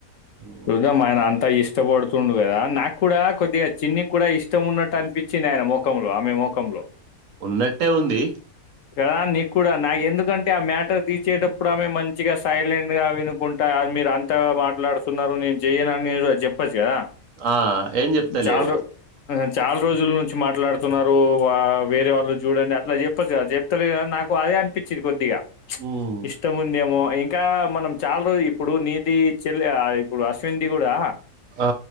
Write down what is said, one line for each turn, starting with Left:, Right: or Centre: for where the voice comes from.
Right: ఉమ్.
Left: చూద్దాం ఆయన అంతా ఇష్ట ష్ట పడుతు ండు కదా నాకు కూడా కొద్దిగా చిన్నికి కూడా ఇష్టం ఉన్నట్టు అనిపించింది ఆయన మొ ఖంలో ఆమె ముఖంలో
Right: ఉన్నట్టే ఉంది
Left: కదా నీకు కూడా నాకు ఎందుకంటే ఆ మ్యాటర్ తీసేటప్పుడు ఆమె మంచిగా సైలెంట్ గా వినుకుంటా మీరు అంత త మాట్లాడుతున్నారు నేను చెయను అని చెప్పచ్చు కదా
Right: ఆ ఏం చెప్తలేదు
Left: చల్ చాలా రోజుల నుంచి మాట్లాడు న్నారు వా వేరే వాళ్ళు చూడండి అట్లా చెప్పొచ్చు కా చెప్ప ఎత్తలే నాకు అదే అనిపిచ్చింది కొద్దిగా
Right: ఉమ్,
Left: ఇష్టముందేమో ఇం కా మనం చాలా రోజు ఇప్పుడు నీది చెల్ ఆ ఇప్పుడు అశ్విన్ ది కూడా
Right: ఆ,